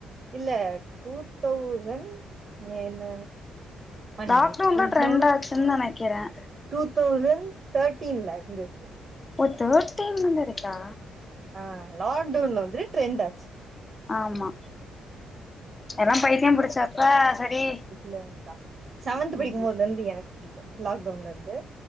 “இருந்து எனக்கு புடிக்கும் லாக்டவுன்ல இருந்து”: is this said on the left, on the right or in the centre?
Right